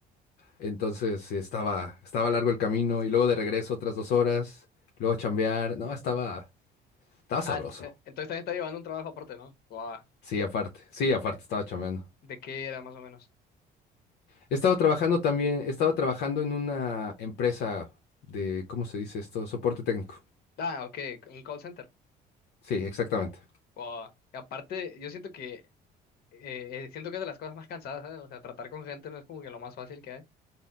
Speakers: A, on the left; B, on the left.
A: Entonces sí, estaba, estaba largo el camino y luego de regreso otras dos horas, luego chambear. No, estaba, estaba sabroso.
B: Ah, ent- eh, entonces también está llevando un trabajo aparte, ¿no? ¡Wow!
A: Sí, aparte, sí,
B: ¿De,
A: aparte, estaba chambeando.
B: de qué era más o menos?
A: Estaba trabajando también, estaba trabajando en una empresa de, ¿cómo se dice esto? Soporte técnico.
B: Ah, ok, un call center.
A: Sí, exactamente.
B: ¡Wow! Y aparte, yo siento que, eh, eh, siento que es de las cosas más cansadas, ¿sabes? O sea, tratar con gente no es como que lo más fácil que hay.